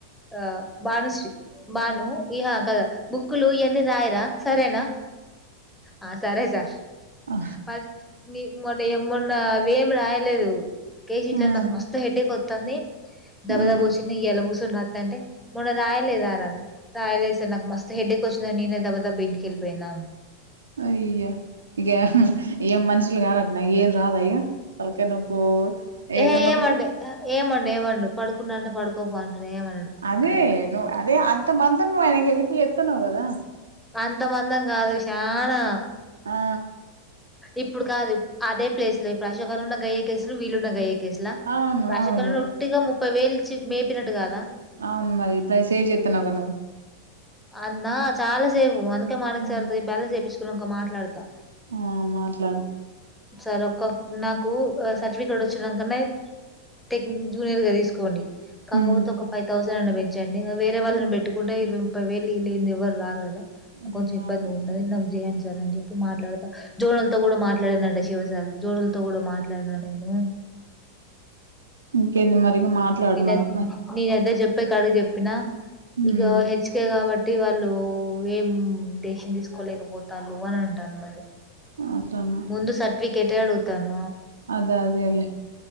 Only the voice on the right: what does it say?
ఆ
ఆ
ఆ
అయ్యా ఇక ఏం మనుషులు కాదంటానా ఏం రాధ ఇగ తలకాయి నొప్పు ఏదన్న
ఒకటి
అదే
అదే అంత మంద ను హెలిపి ఎత్తనవు కదా
ఆ
అవును
అవును
అవును మరి ఇప్పుడు అవి సేవ్ చేస్తున్నావు కదా
నువ్వు
ఆ మాట్లాడు
ఉమ్
ఉమ్
ఉమ్
అవును
ఇంకేంది మరి ఇగ మాట్లాడు
మరి
మ
ఉమ్
అట్లనా
అదే అదేలే